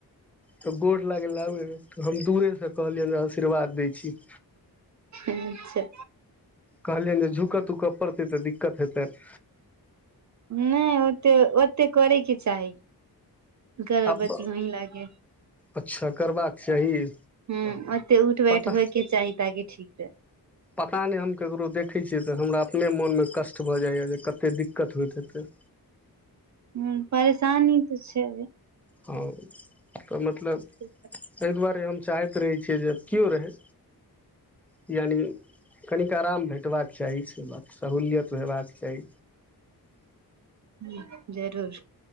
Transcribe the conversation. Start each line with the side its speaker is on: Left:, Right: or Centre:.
Centre: तऽ गोर लागै लै आबै हम दूरे स कहलियैन आशीर्वाद दै छी।
Right: अच्छा
Centre: कहलियैन जे झुकऽ तुकऽ पड़तै तऽ दिक्कत हेतेन।
Right: नै ओते ओते करयके चाही। गर्भवती
Centre: आब
Right: महिला के।
Centre: अच्छा करबाक चाही।
Right: हूं ओत्ते उठ बैठ
Centre: पता
Right: होइ के चाही ताकि ठीक रहे।
Centre: पता नै हम केकरो देखै छियै तऽ हमरा अपने मोनमे कष्ट भऽ जाइए जे कतेे दिक्कत होइत हेतै।
Right: हूं परेशानी तऽ छै।
Centre: हँ तऽ मतलब
Right: ठीक है
Centre: तै दुआरे हम चाहैत रहै छियै जे केओ रहै यानि कनिक आराम भेटबाक चाही से बात सहूलियत हेबाक चाही
Right: हूं जरूर